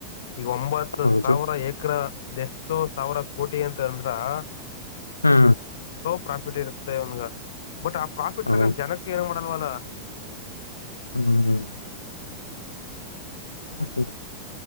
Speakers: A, on the left; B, on the left.
A: ಈಗ ಒಂಬತ್ತು
B: ಹೌದು
A: ಸಾವಿರ ಎಕ್ರ ಅದೆಷ್ಟಟ್ ಎ ಸಾವಿರ ಕೋಟಿ ಅಂತ ಅಂದ್ರೆ ಹಾ
B: ಹಾ
A: ಪ್ರಾಫಿಟ್ ಇರುತ್ತೆ ಅವನ್ಗ ಬಟ್ ಆ ಪ್ರಾಫಿಟ್
B: ಹೌದು
A: ತೊಂಡು ಜನಕ್ಕೆ ಏನ್ ಮಾಡ ವ
B: ಹ್ಮ್ ಹ್ಮ್ ಹ